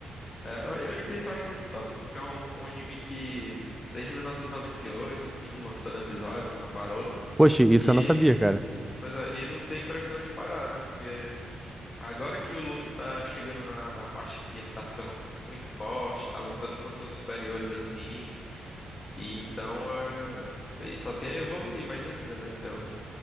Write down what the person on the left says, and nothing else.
É, o- One Piece eu acho muito top, porque é um, um anime que desde 1998, assim, lançando episódios, nunca parou.
E,
pois é, e não tem previsão de parar, né? Porque agora que o Luffy tá chegando na, na parte que ele tá ficando muito forte, tá lutando contra os superiores, assim, e então é, isso até evoluir mais ainda, né? Então,